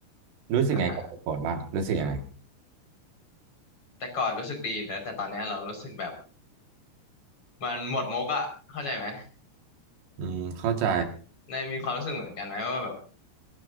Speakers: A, on the right; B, on the left.
A: รู้สึกไงกับ
B: อ่ะฮะ
A: iPhone บ้างรู้สึกยังไง
B: แต่ก่อนรู้สึกดีนะแต่ตอนเนี้ยเรารู้สึกแบบมันหมดมุกอะเข้าใจไหม
A: อืมเข้าใจ
B: ในมีความรู้สึกเหมือนกันไหมว่าแบบ